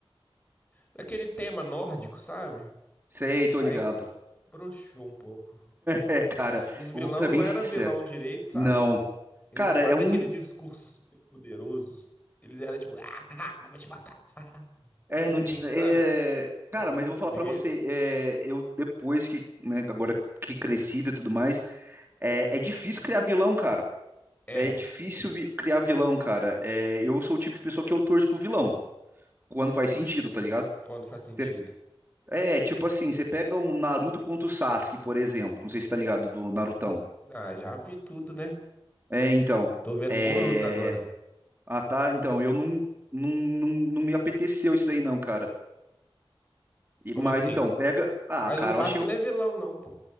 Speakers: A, on the left; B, on the right.
A: Daquele tema nórdico, sabe?
B: Sei, tô
A: Aí
B: ligado. <laughs>
A: broxou um pouco.
B: É, cara,
A: Os, os vilão
B: eu vou ser
A: não
B: bem
A: era
B: sincero.
A: vilão direito, sabe?
B: Não.
A: Eles
B: Cara,
A: não faziam
B: é um.
A: aquele discurso super poderoso. Eles eram tipo, ah, <laughs> vou te matar. <laughs>
B: É,
A: Era
B: não
A: assim,
B: te. É...
A: sabe?
B: Cara,
A: Era muito
B: mas eu vou
A: feio.
B: falar pra você. é, Eu, depois que. Né, agora que crescido e tudo mais. É, é difícil criar vilão, cara.
A: É,
B: É difícil vi- criar vilão, cara. É, eu sou o tipo de pessoa que eu torço pro vilão, quando faz sentido, tá ligado?
A: quando faz sentido.
B: Cê- É, tipo assim, você pega um Naruto contra o Sasuke, por exemplo. Não sei se tá ligado do Narutão.
A: Ah, já vi tudo, né?
B: É, então.
A: Tô vendo
B: É...
A: Boruto agora.
B: Ah, tá. Então, eu não, não, não, não me apeteceu isso daí, não, cara. E-
A: Como
B: mas
A: assim?
B: então, pega. Ah,
A: Mas
B: cara,
A: o Sasuke
B: eu achei. um-
A: não é vilão, não, pô.